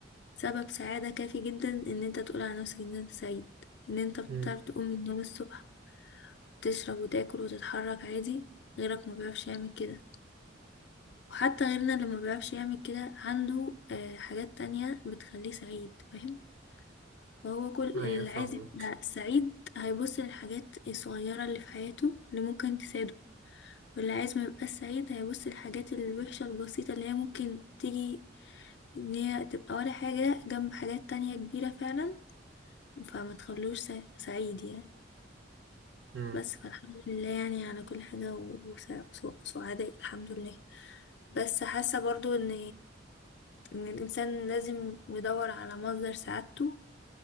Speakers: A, on the left; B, on the right.
A: سبب سعادة كافي جدا ان انت تقول على نفسك ان انت سعيد ان انت بتعرف
B: مم.
A: تقوم من النوم الصبح تشرب وتاكل وتتحرك عادي غيرك ما بيعرفش يعمل كده وحتى غيرنا اللي ما بيعرفش يعمل كده عنده آه، حاجات تانية بتخليه سعيد فاهم فهو كل
B: ايوه
A: اللي
B: فاهمك
A: عايز يبقى سعيد هيبص للحاجات الصغيرة اللي في حياته اللي ممكن تساعده واللي عايز ما يبقاش سعيد هيبص للحاجات الوحشة البسيطة اللي هي ممكن تيجي ان هي تبقى ولا حاجة جنب حاجات تانية كبيرة فعلا فما تخلوش سع- سعيد يعني
B: مم.
A: بس فالحمد لله يعني على كل حاجة و- وسع- وسعداء الحمد لله بس حاسة برضو ان ان الانسان لازم يدور على مصدر سعادته